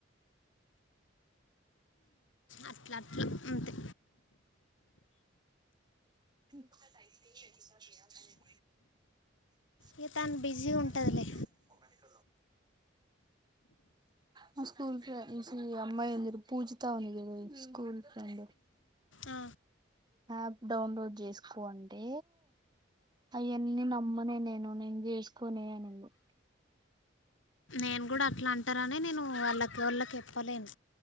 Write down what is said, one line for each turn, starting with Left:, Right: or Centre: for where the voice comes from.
Left: అట్లా అట్లా అంతే
Right: అయిస్త అదిిక అ
Left: ఇక తను బిజీ ఉంటుందిలే
Right: టైమ్ న మ నిక క స్కూల్ ఫ్రెండ్ అమ్మాయి <unintelligible> పూజిత ఉంది కదా స్కూల్ ఫ్రెండ్
Left: ఆ,
Right: యాప్ డౌన్లోడ్ చేసుకో అంటే అయన్నీ నమ్మనే నేను చేసుకోనే అంది.
Left: నేను కూడా అట్లా అంటారనే నేను వాళ్ళక్ వొళ్ళ కీ చెప్పలేదు.